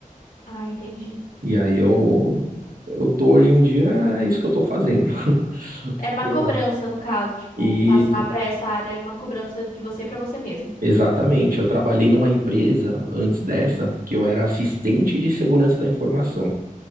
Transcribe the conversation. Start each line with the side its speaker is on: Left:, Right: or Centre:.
Left: Ah, entendi.
Right: E aí eu, eu tô hoje em dia, é isso que eu tô fazendo. <laughs>
Left: Era uma
Right: Tô
Left: cobrança,
Right: lá.
Left: no caso, tipo,
Right: Isso,
Left: passar para essa área era uma cobrança de você para você mesmo.
Right: exatamente. Eu trabalhei numa empresa antes dessa, que eu era assistente de segurança da informação.